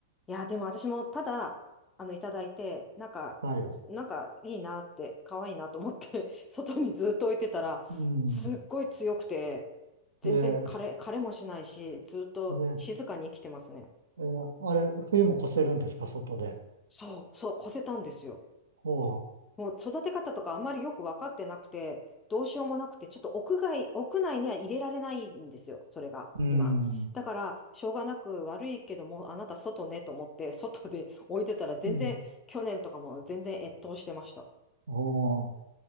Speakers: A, on the left (about 20°); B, on the right (about 85°).
A: いや、でも私もただ、あの、いただいて、なんか、
B: はい、
A: すなんかいいなって、可愛いなと思って <laughs> 外にずっと置いてたら、
B: うん。
A: すっごい強くて、全然枯れ、
B: ええ、
A: 枯れもしないし、ずっと静かに生きてますね。
B: ええ、ええあれ、冬も越せるんですか、外で。
A: そう、そう、越せたんですよ。
B: ほ
A: もう育て方とかあまりよく分かってなくて、どうしようもなくて、ちょっと屋外、屋内には入れられないんですよ、それが、
B: う。うん。
A: 今。だから、しょうがなく悪いけども、あなた外ねと思って、外で置いてたら全然、
B: うん。
A: 去年とかも全然越冬してました。
B: ほう。